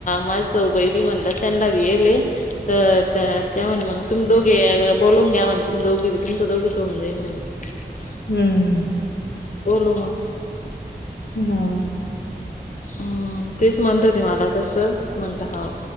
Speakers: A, on the left (about 45°); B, on the left (about 80°).
A: माझं जाऊबाई, बी म्हणलं, त्यांना बी येले. तर त्या, त्या म्हणाले, मग तुम्ही दोघे बोलून घ्या, म्हण, तुम दोघींचं बी, तुमचं दोघींचं होऊन जाईल मग <unintelligible>
B: हं
A: बोलु मग
B: हं, तेच म्हणत होते मला, तसं म्हणलं, हो
A: हं, तेच म्हणत होते मला, तसं म्हणलं, हो